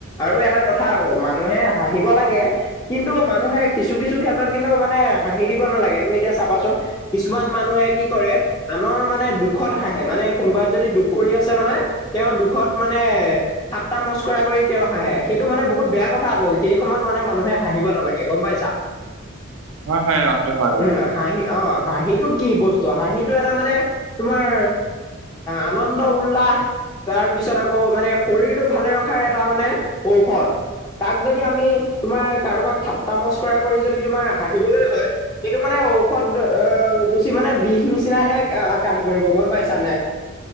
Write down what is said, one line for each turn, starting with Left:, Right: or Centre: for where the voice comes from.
Left: আৰু এটা কথা আকৌ, মানুহে হাঁহিব লাগে কিন্তু মানুহে কিছু, কিছু ক্ষেত্ৰত কিন্তু মানে হাঁহি দিব নালাগে, তুমি এতিয়া চাবাচোন কিছুমান মানুহে কি কৰে আনৰ মানে দুখত হাঁহে, মানে কোনোবাই যদি দুখ কৰি আছে নহয় তেওঁৰ দুখত মানে ঠাট্টা, মস্কৰা কৰি তেওঁ হাঁহে, সেইটো মানে বহুত বেয়া কথা আকৌ, সেই সময়ত মানে মানুহে হাঁহিব নালাগে, গ'ম পাইছা।
Right: হয়, হয়, সেইটো হয় বাৰু।
Left: উম হাঁহি অ' হাঁহিটো কি বস্তু হাঁহিটো এটা মানে তোমাৰ, আনন্দ, উল্লাস। তাৰ পিছত আকৌ, মানে শৰীৰটো ভালে ৰখাৰ এটা মানে, ঔষধ। তাক যদি আমি, তোমাৰ কাৰোবাক ঠাট্টা, মস্কৰা কৰি যদি তোমাৰ হাঁহিবলৈ হয় সেইটো মানে ঔষধ অ', গুচি মানে বিষ নিচিনাহে আহ, কাম কৰিব গ'ম পাইছ <unintelligible> অ'।